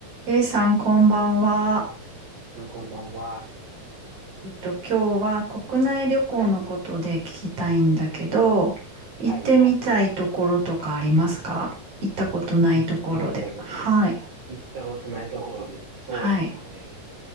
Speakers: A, on the right; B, on the right.
A: A さん、こんばんは。
B: こんばんは。
A: えっと、今日は国内旅行のことで聞きたいんだけど、
B: はい。はい、
A: 行ってみたいところとかありますか行ったことないところで。
B: はい。行ってみたかところ。
A: はい、
B: 行ったことないところで。そうですね。
A: はい、